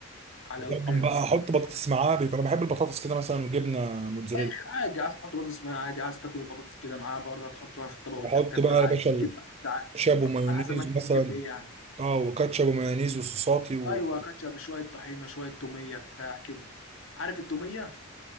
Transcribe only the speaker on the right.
طبعا
بقى احط بطاطس معاه بيكون انا بحب البطاطس كده مثلا وجبنه موتزاريلا
واحط
بقى
يا باشا
الكاتشب ومايونيز
مثلا
اه وكاتشب ومايونيز وصوصاتي و...